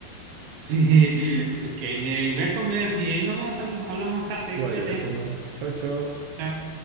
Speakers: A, on the right; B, on the right.
A: Sí. Ok, eh, voy a comer y ahí nos vemos, habl- hablamos más tarde.
B: Igual
A: Cuídate.
B: yo voy a comer. Chao, chao.
A: Chao.